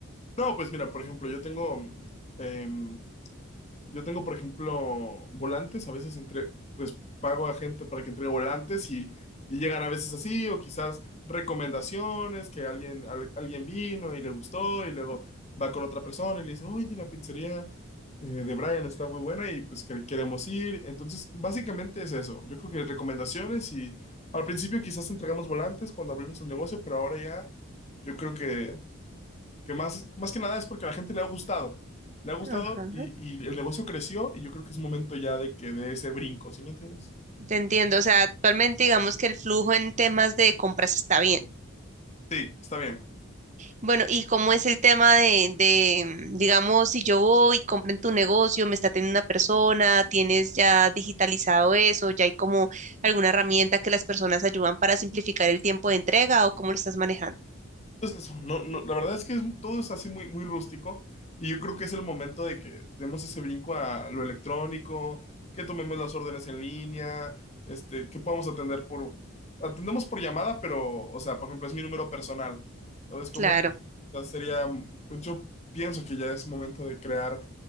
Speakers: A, on the left (about 30°); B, on the right (about 35°).
A: No, pues mira, por ejemplo, yo tengo, mm, em, Yo tengo, por ejemplo, volantes, a veces entre, pues pago a gente para que entregue volantes y, y llegan a veces así, o quizás recomendaciones, que alguien, al- alguien vino y le gustó, y luego va con otra persona y le dice, oye, la pizzería eh, de Brian está muy buena y pues que- queremos ir. Entonces, básicamente es eso. Yo creo que recomendaciones y al principio quizás entregamos volantes cuando abrimos el negocio, pero ahora ya yo creo que que más, más que nada es porque a la gente le ha gustado. Le ha gustado
B: Ajá.
A: y, y el negocio creció y yo creo que es momento ya de que dé ese brinco, ¿sí me entiendes?
B: Te entiendo, o sea, actualmente digamos que el flujo en temas de compras está bien.
A: Sí, está bien.
B: Bueno, ¿y cómo es el tema de, de, digamos, si yo voy y compro en tu negocio, me está teniendo una persona, tienes ya digitalizado eso, ya hay como alguna herramienta que las personas ayudan para simplificar el tiempo de entrega o cómo lo estás manejando?
A: Entonces eso, no, no, la verdad es que es- todo es así muy, muy rústico y yo creo que es el momento de que demos ese brinco a lo electrónico, que tomemos las órdenes en línea, este, que podamos atender por, atendemos por llamada, pero, o sea, por ejemplo, es mi número personal, ¿sabes cómo?
B: Claro.
A: Quizás sería, pues yo pienso que ya es momento de crear